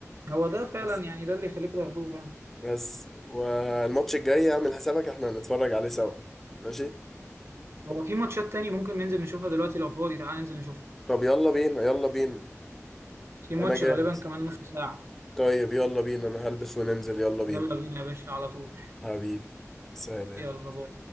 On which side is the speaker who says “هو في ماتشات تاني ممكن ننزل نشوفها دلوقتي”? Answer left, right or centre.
Right